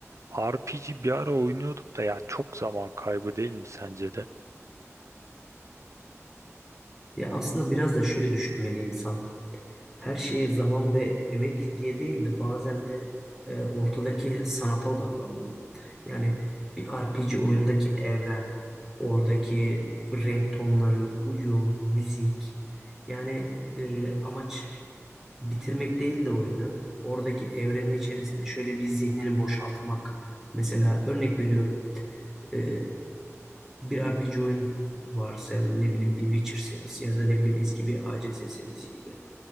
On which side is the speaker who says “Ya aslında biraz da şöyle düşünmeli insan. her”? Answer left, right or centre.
Centre